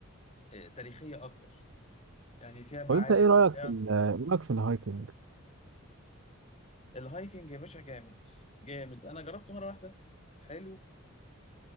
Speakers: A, on the left; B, on the right.
A: آه، تاريخيه اكتر يعني فيها معابد
B: طب انت ايه رايك
A: وبتاع
B: في ال- ايه رايك في الهايكنج
A: الهايكنج يا باشا جامد جامد انا جربته مره واحده حلو